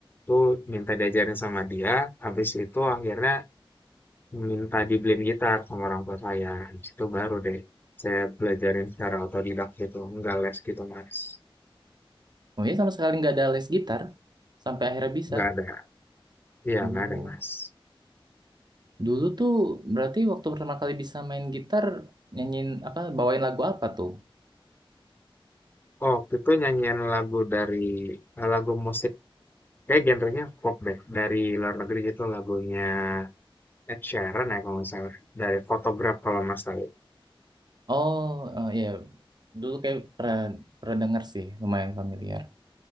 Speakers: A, on the left; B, on the right.
A: tuh minta diajarin sama dia. Habis itu akhirnya minta dibeliin gitar sama orang tua saya. Habis itu baru deh saya belajarin secara otodidak gitu. Nggak les gitu mas.
B: Oh ya sama sekali nggak ada les gitar sampai akhirnya bisa.
A: Nggak ada. Iya
B: Oh,
A: nggak ada mas.
B: dulu tuh berarti waktu pertama kali bisa main gitar nyanyiin apa bawain lagu apa tuh?
A: Oh, waktu itu nyanyian lagu dari eh, lagu musik kayak genrenya pop deh dari luar negeri itu lagunya Ed Sheeran ya kalau nggak salah dari Photograph kalau Mas tahu.
B: Oh, eh, iya. Dulu kayak pernah, pernah dengar sih, lumayan familiar.